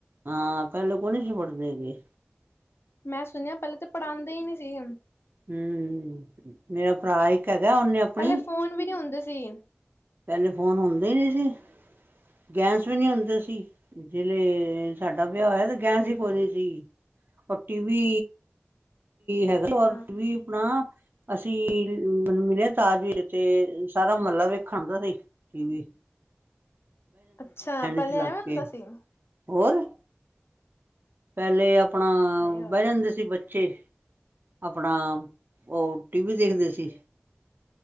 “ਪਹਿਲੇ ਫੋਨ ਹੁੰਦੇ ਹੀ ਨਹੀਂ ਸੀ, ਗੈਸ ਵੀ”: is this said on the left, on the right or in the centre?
Right